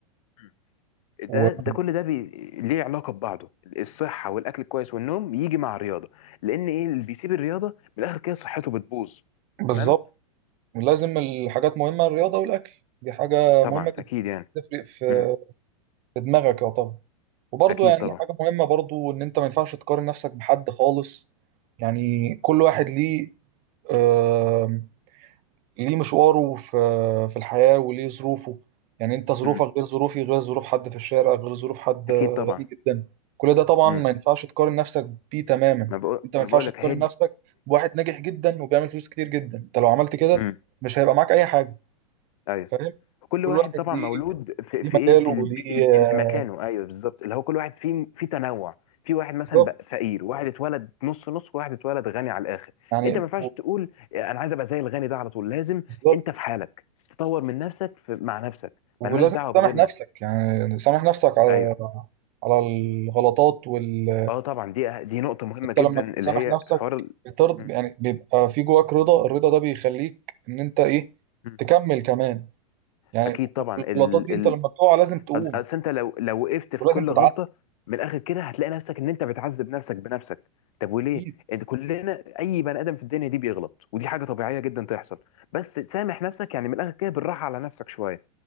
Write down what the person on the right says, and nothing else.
واكيد
بالظبط
ولازم الحاجات مهمه الرياضه والاكل دي حاجه
مهمه جدا
تفرق في
في دماغك يا طبعا وبرضه
يعني
حاجه مهمه برضه ان انت ما ينفعش تقارن نفسك بحد خالص يعني كل واحد ليه آم، ليه مشواره في في الحياة وليه ظروفه يعني انت ظروفك
غير ظروفي غير ظروف حد في الشارع غير ظروف حد
غني
جدا كل ده طبعا
ما ينفعش تقارن نفسك بيه تماما
انت ما
ينفعش
تقارن
نفسك بواحد ناجح جدا وبيعمل فلوس كتير جدا انت لو عملت كده
مش هيبقى معاك اي حاجة
فاهم
كل
واحد
ليه
ليه
مجاله
وليه
آه،
بالظبط
يعني
بالظبط
ولازم
تسامح
نفسك يعني سامح نفسك على
على الغلطات وال
انت
لما بتسامح
نفسك
بترض
يعني بيبقى في جواك رضا الرضا ده بيخليك ان انت ايه
تكمل كمان يعني
الغلطات دي انت
لما بتقع لازم تقوم
ولازم
تتعلم
اكيد